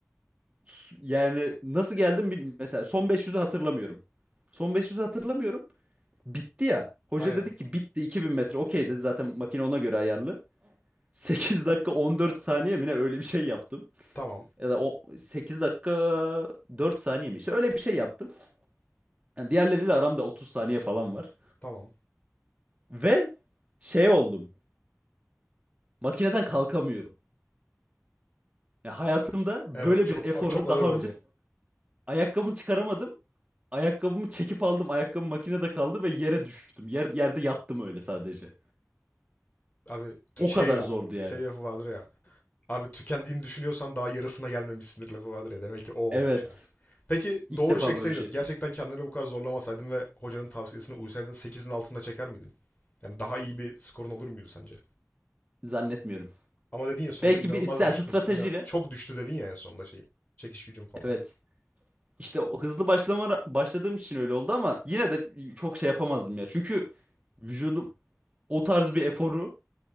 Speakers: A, on the right (about 25°); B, on the left (about 30°).
A: S- Yani nasıl geldim bilmiyorum. Mesela son beş yüzü hatırlamıyorum. Son beş yüzü hatırlamıyorum. Bitti ya. Hoca
B: Aynen.
A: dedi ki bitti 2000 metre. Okey dedi zaten makine ona göre ayarlı. <laughs> 8 dakika 14 saniye mi ne öyle bir şey yaptım.
B: Tamam.
A: Ya da o 8 dakika 4 saniye mi? İşte öyle bir şey yaptım. Yani diğerleriyle aramda 30 saniye falan var.
B: Tamam.
A: Ve şey oldum. Makineden kalkamıyorum. Ya hayatımda
B: Evet,
A: böyle
B: çok
A: bir eforu
B: çok ağır
A: daha
B: oldu.
A: önce s- ayakkabımı çıkaramadım. Ayakkabımı çekip aldım. Ayakkabım makinede kaldı ve yere düştüm. Yer, yerde yattım öyle sadece.
B: Abi tü-
A: O
B: şey
A: kadar
B: ya,
A: zordu yani.
B: şey lafı vardır ya. Abi tükendiğini düşünüyorsan daha yarısına gelmemişsindir lafı vardır ya. Demek ki o olmuş
A: Evet.
B: ya. Peki
A: İlk
B: doğru
A: defa
B: çekseydin,
A: böyle bir şey.
B: gerçekten kendini bu kadar zorlamasaydın ve hocanın tavsiyesine uysaydın sekizin altında çeker miydin? Yani daha iyi bir skorun olur muydu sence?
A: Zannetmiyorum.
B: Ama dedin ya sonunda
A: Belki
B: inanılmaz
A: bir sen
B: düştün.
A: stratejiyle.
B: İna çok düştü dedin ya en sonunda şey. Çekiş gücüm falan.
A: Evet. İşte o hızlı başlama başladığım için öyle oldu ama yine de çok şey yapamazdım ya. Çünkü vücudum o tarz bir eforu